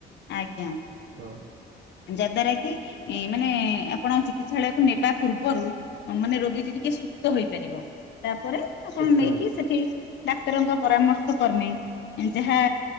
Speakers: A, on the left (about 60°); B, on the right (about 65°).
A: ଆଜ୍ଞା।
B: ହଁ।
A: ଯା ଦ୍ୱାରା କି ମାନେ ଆପଣ ଚିକିତ୍ସାଳୟକୁ ନେବା ପୂର୍ବରୁ। ମାନେ ରୋଗୀଟି ଟିକେ ସୁସ୍ଥ ହେଇପାରିବ ତାପରେ ଆପଣ
B: ସୁକ୍ତ
A: ନେଇକି
B: ହେବ।
A: ସେଠି ଡାକ୍ତରଙ୍କ ପରାମର୍ଶ କର୍ମେ ଯାହା